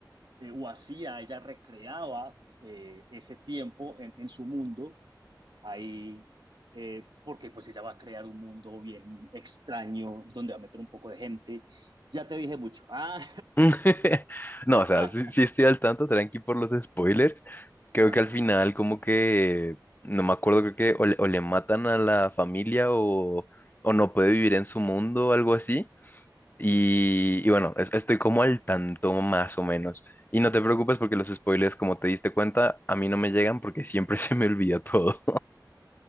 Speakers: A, on the right; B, on the left.
A: eh, o hacía, ella recreaba eh, ese tiempo en, en su mundo ahí, eh, porque pues ella va a crear un mundo bien extraño donde va a meter un poco de gente. Ya te dije mucho. Ah,
B: <laughs> No,
A: <laughs>
B: o sea, sí, sí estoy al tanto, tranqui por los spoilers. Creo
A: ajá.
B: que al final como que, no me acuerdo, creo que o le, o le matan a la familia o, o no puede vivir en su mundo o algo así. Y, y bueno, es- estoy como al tanto más o menos. Y no te preocupes porque los spoilers, como te diste cuenta, a mí no me llegan porque siempre <laughs> se me olvida todo.